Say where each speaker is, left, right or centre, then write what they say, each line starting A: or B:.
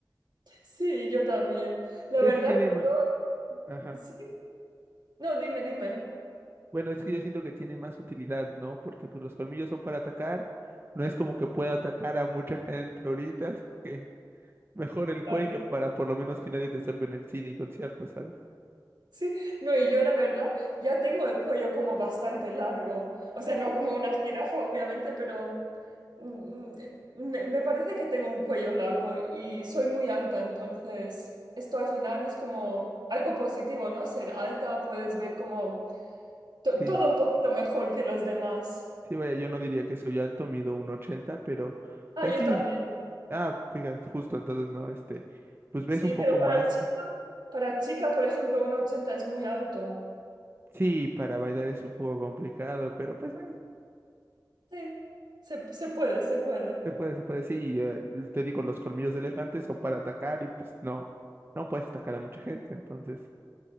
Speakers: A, on the right (about 70°); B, on the right (about 30°).
A: Sí, yo también. La
B: Sí,
A: verdad
B: es que tiene...
A: que
B: va-
A: yo,
B: Ajá.
A: sí. No, dime, dime.
B: Bueno, es que yo siento que tiene más utilidad, ¿no? Porque pues los colmillos son para atacar. No es como que pueda atacar a mucha gente ahorita, <laughs> así que mejor el
A: Claro.
B: cuello para por lo menos que nadie te estorbe en el cine y conciertos, ¿sabes?
A: Sí, no, y yo la verdad ya tengo el cuello como bastante largo. O sea, no como una jirafa, obviamente, pero mm, me, me parece que tengo un cuello largo y soy muy alta, entonces esto al final es como algo positivo, ¿no? Ser alta, puedes ver como to-
B: Sí,
A: todo un poquito mejor que los demás.
B: sí, vaya, yo no diría que soy alto, mido un ochenta pero
A: Ah,
B: pues
A: yo
B: sí.
A: también.
B: Ah, fíjate, justo, entonces, ¿no? Este, pues ves
A: Sí,
B: un poco
A: pero para
B: más.
A: chica, para chica, por ejemplo, uno ochenta es muy alto.
B: Sí, para bailar es un poco complicado, pero pues bueno,
A: Sí, se, se puede, se puede.
B: se puede, se puede, sí, eh, te digo, los colmillos de elefante son para atacar y pues no, no puedes atacar a mucha gente, entonces,